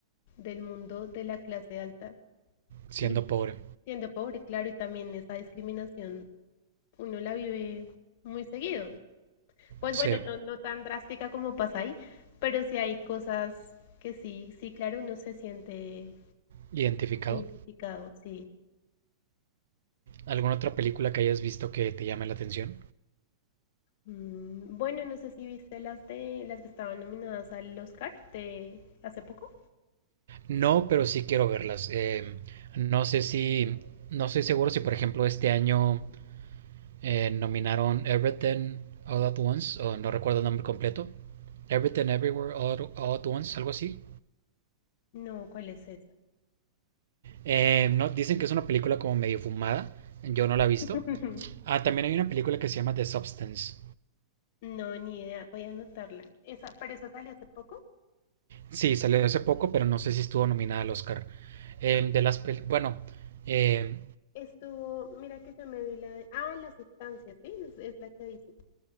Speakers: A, on the left (about 35°); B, on the right (about 65°).
A: del mundo de la clase alta
B: Siendo
A: y
B: pobre.
A: sí, siendo pobre, claro, y también esa discriminación uno la vive muy seguido. Pues
B: Sí,
A: bueno, no, no tan drástica como pasa ahí, pero sí hay cosas que sí, sí, claro, uno se siente
B: identificado.
A: identificado, sí.
B: ¿Alguna otra película que hayas visto que te llame la atención?
A: Mm, bueno, no sé si viste las de las que estaban nominadas al Oscar de hace poco.
B: No, pero sí quiero verlas. Eh, no sé si, no estoy seguro si por ejemplo este año eh, nominaron Everything All at Once o no recuerdo el nombre completo. Everything Everywhere All, All at Once, algo así.
A: No, ¿cuál es esa?
B: Eh, no, dicen que es una película como medio fumada. Yo no la
A: <laughs>
B: he visto. Ah, también hay una película que se llama The Substance.
A: No, ni idea, voy a anotarla. Esa, pero esa salió hace poco.
B: Sí, salió hace poco, pero no sé si estuvo nominada al Oscar. Eh, de las pel- bueno, eh,
A: Estuvo, mira que yo me vi la de, ah, la sustancia, sí, es, es la que dice,